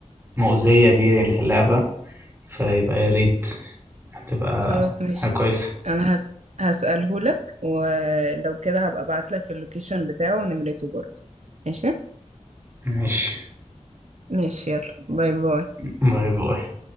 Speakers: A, on the right; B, on the right.
A: المؤذية دي اللي في اللعبة فيبقى يا ريت هتبقى
B: خلاص ماشي
A: حاجة كويسة
B: انا هس... هسأله لك ولو كده هبقى ابعت لك اللوكيشن بتاعه ونمرته برضه ماشي
A: ماشي
B: ماشي يلا باي باي
A: باي باي